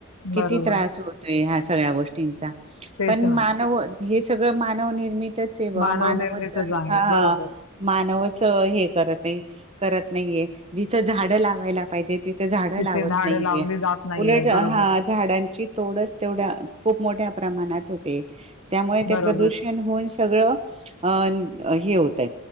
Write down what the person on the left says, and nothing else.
बरोबर.
तेच
ना.
मानवनिर्मितच
आहे.
बरोबर.
तिथे
झाडं
लावली जात नाहीयेत.
बरोबर,
बरोबर.